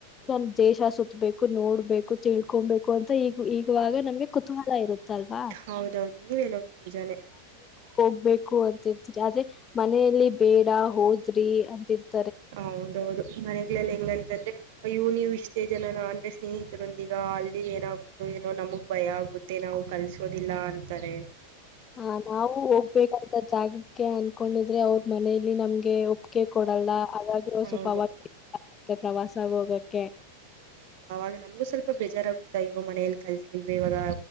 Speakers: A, on the left; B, on the right.
A: ನಮ ದೇಶ ಸತ್ಬೇಕು ನೋಡ್ಬೇಕು ತಿಳ್ಕೊಬೇಕು ಅಂತ ಈಗ ಈಗವಾಗ ನಮ್ಗೆ ಕುತೂಹಲ ಇರುತ್ತೆ ಲ್ವಾ
B: ಹೌದೌದು ನೀವ್ ಹೇಳೋದು ನಿಜಾನೇ
A: ಹೋಗ್ಬೇಕು ಅಂತಿರ್ತರಿ ಆದ್ರೆ ಮನೆಯಲ್ಲಿ ಬೇಡ ಹೋದ್ರಿ ಅಂತಿರ್ತರಿ
B: ಹೌದೌದು ಮನೆಲ್ಲ ಹೆಂಗ್ಂತಂದ್ರೆ ಇ್ಯವು ನೀವು ಇಷ್ಟೇ ಜನನ ಅಂದ್ರೆ ಸ್ನೇಹಿತರೊಂದಿಗ ಅಲ್ಲಿ ಏನಾಗುತ್ತೋ ಏನೋ ನಮಗ್ ಭಯ ಆಗುತ್ತೆ ನಾವು ಕಲ್ಸೋದಿಲ್ಲ ಅಂತಾರೆ
A: ಹ ನಾವು ಹೋಗ್ಬೇಕಂತ ಜಾಗಕ್ಕೆ ಅನ್ಕೊಂಡಿದ್ರೆ ಅವ್ರ ಮನೇಲಿ ನಮ್ಗೆ ಒ ಕೆ ಕೊಡಲ್ಲ ಹಾಗಾಗಿ
B: ಹೌದು
A: ಸ್ವಲ್ಪ ಪ್ರವಾಸಗ ಹೋಗಕ್ಕೆ
B: ಅವಾಗ ನಮ್ಗೂ ಸ್ವಲ್ಪ ಬೇಜಾರಾಗಗುತ್ತಾ ಅಯ್ಯೋ ಮನೆಯಲ್ಲಿ ಕಲ್ಸಲಿಲ್ವ ಇವಾಗ